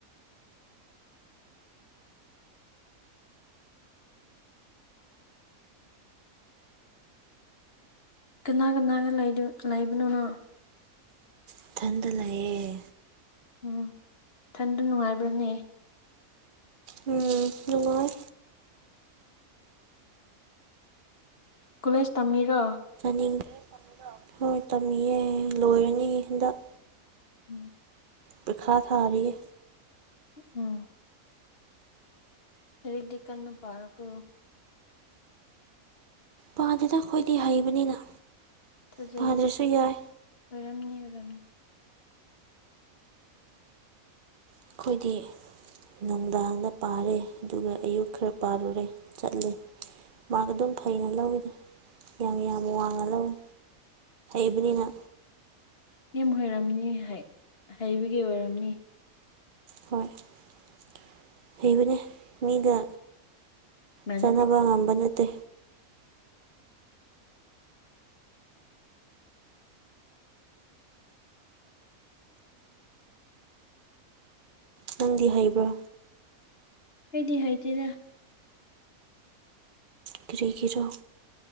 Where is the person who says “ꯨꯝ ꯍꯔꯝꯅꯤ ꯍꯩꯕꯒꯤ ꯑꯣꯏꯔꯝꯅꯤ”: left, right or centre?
Left